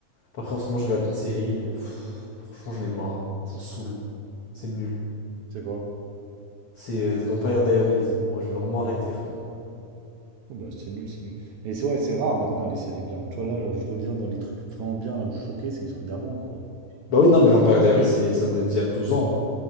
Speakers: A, on the left; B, on the right.
A: Après, en ce moment, je regarde une série. euh, pff, franchement, j'en ai marre. hein. Ça me saoule. C'est nul.
B: C'est quoi?
A: C'est euh, The Vampire Diaries. Bon, je vais vraiment
B: Ah,
A: arrêter, je crois.
B: Oh bah, c'est nul, c'est nul. Mais c'est ouais, c'est rare maintenant les séries bien. Tu vois, là, je reviens dans les trucs vraiment bien, là où je suis choqué, c'est les trucs d'avant, quoi.
A: Bah oui, non, mais Vampire Diaries, c'est, ça date d'il y a douze ans. hein.